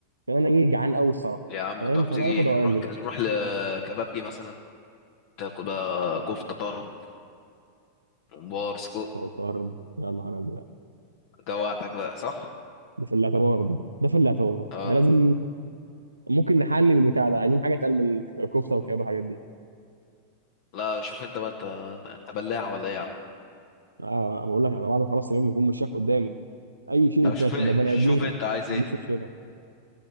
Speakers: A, on the right (about 80°); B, on the left (about 50°).
A: عشان انا ايه جعان قوي الصراحه
B: يا عم
A: فاهم
B: طب
A: فانا
B: تيجي
A: هاخد رايك
B: نروح
A: دلوقتي
B: نروح لكبابجي مثلا تاكل بقى كفته طرب ممبار سجق
A: أو طرب. يا نهار ازرق
B: جوعتك بقى صح
A: ده في الاعتبار ده ده في الاعتبار
B: اه
A: ده لازم ممكن نحل بالبتاع ده عايزين حاجه اتقل من الكفته والكباب والحاجات دي
B: لا شوف انت بقى انت انت بلاع ولا ايه يا عم
A: اه بقول لك انا بعد ما خلاص تمام بكون مش شايف قدامي اي شيء
B: طب
A: يتاكل
B: شوف ايه،
A: لو بني
B: شوف
A: ادمين
B: انت عايز
A: ما
B: ايه
A: عنديش مشكله